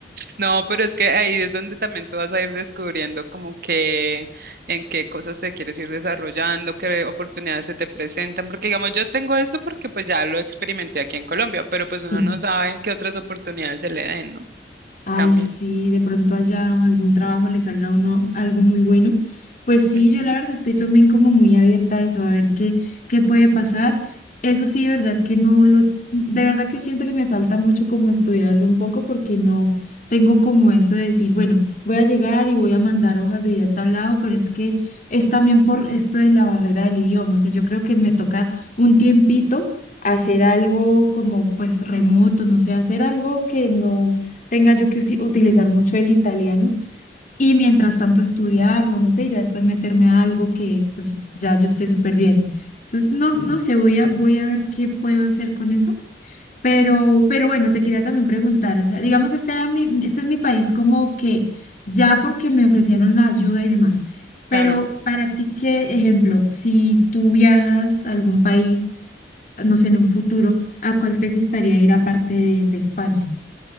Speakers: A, on the right (about 55°); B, on the left (about 45°).
A: No, pero es que ahí es donde también tú vas a ir descubriendo como que en qué cosas te quieres ir desarrollando, qué oportunidades se te presentan, porque digamos, yo tengo esto porque pues ya lo experimenté aquí en Colombia, pero pues uno
B: Sí.
A: no sabe qué otras oportunidades se le den, ¿no?
B: Ay,
A: También.
B: sí, de pronto allá algún trabajo le salga a uno algo muy bueno. Pues sí,
A: Ujú,
B: yo la verdad estoy también como muy abierta a eso, a ver qué, qué puede pasar. Eso sí, de verdad que no lo, de verdad que siento que me falta mucho como estudiarlo un poco porque no tengo como eso de decir, bueno, voy a llegar y voy a mandar hojas de vida a tal lado, pero es que es también por esto de la barrera del idioma. O sea, yo creo que me toca un tiempito hacer algo como pues remoto, no sé, hacer algo que no tenga yo que usi- utilizar mucho el italiano y mientras tanto estudiarlo, no sé, y ya después meterme a algo que pues ya yo esté súper bien. Entonces, no, no sé, voy a, voy a ver qué puedo hacer con eso. Pero, pero bueno, te quería también preguntar, o sea, digamos, este era mi, este es mi país como que ya porque me ofrecieron la ayuda y demás, pero
A: Claro,
B: para ti, ¿qué ejemplo? Si tú viajas a algún país, no sé, en un futuro, ¿a cuál te gustaría ir aparte de de España?